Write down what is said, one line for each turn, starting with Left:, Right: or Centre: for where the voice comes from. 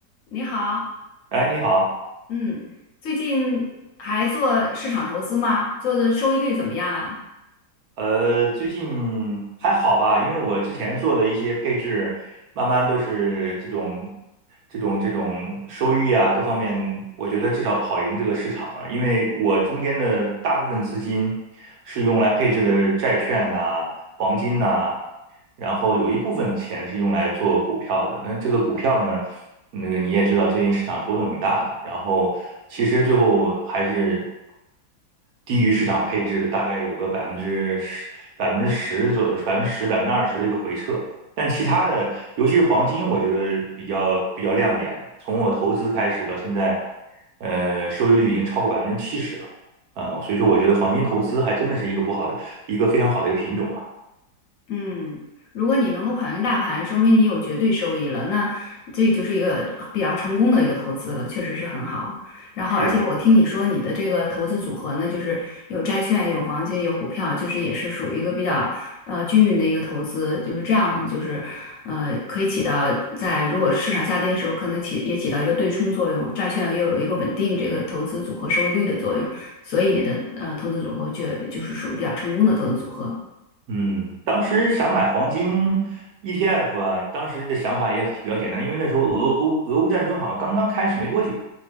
Left: 你好，
Right: 哎，你好，
Left: 嗯，最近还做市场投资吗？做的收益率怎么样啊？
Right: 呃，最近还好吧？因为我之前做的一些配置，慢慢都是这种、这种、这种收益啊，各方面，我觉得至少跑赢这个市场了。因为我中间的大部分资金是用来配置的债券呐、黄金呐、然后有一部分钱是用来做股票的。那这个股票呢，那个你也知道，最近市场波动挺大的。然后其实最后还是低于市场配置的，大概有个百分之十、百分之十左右、百分之十、百分之二十的一个回撤。但其他的，尤其是黄金，我觉得比较比较亮眼。从我投资开始到现在，呃，收益率已经超过百分之七十了。啊、所以说我觉得黄金投资还真的是一个不好的，一个非常好的一个品种啊。
Left: 嗯，如果你能够跑赢大盘，说明你有绝对收益了，那这就是一个比较成功的一个投资了，确实是很好。然后，
Right: 是，
Left: 而且我听你说你的这个投资组合呢，就是有债券、有黄金、有股票，就是也是属于一个比较呃均匀的一个投资，就是这样，就是呃可以起到在如果市场下跌的时候，可能起也起到一个对冲作用，债券又有一个稳定这个投资组合收益率的作用，所以你的呃投资组合就就是属于比较成功的投资组合。
Right: 嗯，当时想买黄金 ETF 啊，当时的想法也比较简单，因为那时候俄乌俄乌战争好像刚刚开始没多久，